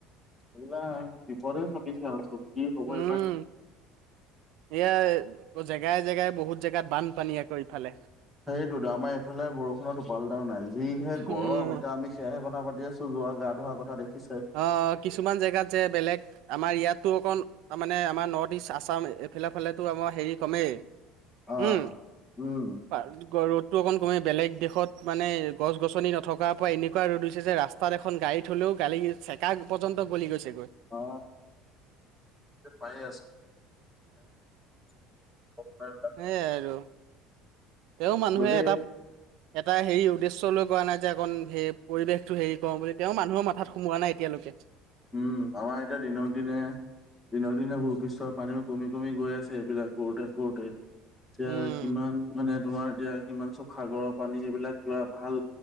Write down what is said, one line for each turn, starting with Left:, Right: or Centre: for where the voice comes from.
Centre: এইবিলাক বিপদ হে চাপিছে আৰু চব, কি হব
Right: উম
Centre: এইবাৰ
Right: এয়া জেগাই জেগাই বহুত জেগাত বানপানী আকৌ ইফালে।
Centre: হেইটোতো, আমাৰ এইফালে বৰষুণৰ টোপাল এটাও নাই, যিহে
Right: উম
Centre: গৰম! এতিয়া আমি এতিয়াহে কথা পাতি আছো, <unintelligible> গা ধোৱা কথা দেখিছই
Right: অ, অ, কিছুমান জেগাত যে বেলেগ আমাৰ ইয়াততো অকণ, তাৰমানে আমাৰ নৰ্থ ইষ্ট আছাম এইফালে ফালেতো আমাৰ হেৰি কমেই।
Centre: অ',
Right: উম
Centre: উম
Right: ৰ'দটো অকণ কমেই, বেলেগ দেশত মানে গছ গছনি নথকাৰ পৰা এনেকুৱা ৰ'দ হৈছে যে ৰাচ তাত এখন গাড়ী থলেও, গালি চেকা পৰ্যন্ত গলি গৈছেগৈ।
Centre: অ, ‌ <unintelligible> <inaudible>
Right: এইয়াই আৰু, তেওঁ মানুহে
Centre: গতিকে
Right: এটাত এটা হেৰি উদ্দেশ্য লৈ কৰা নাই যে আকৌ, হে পৰিবেশটো হেৰি কৰোঁ বুলি। তেওঁ মানুহৰ মাথাত সোমোৱা নাই এতিয়ৈকে।
Centre: উম, আমাৰ এতিয়া দিনক দিনে, দিনক দিনে ভূপৃষ্ঠৰ পানীও কমি কমি গৈ আছে এইবিলাক কৰোঁতে কৰোঁতে, এতিয়া
Right: উম।
Centre: কিমান মানে তোমাৰ এতিয়া কিমান চব সাগৰৰ পানী, এইবিলাক কিবা ভাল